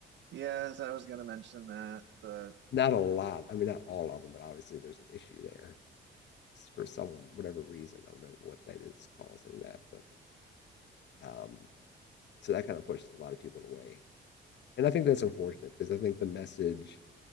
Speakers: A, on the right (about 65°); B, on the left (about 60°).
A: Yes, I was gonna mention that, but
B: Not a lot. I mean, not all of them, but obviously there's an issue there. for some whatever reason. I don't know what that is causing that, but um, so that kind of pushes a lot of people away. And I think that's unfortunate because I think the message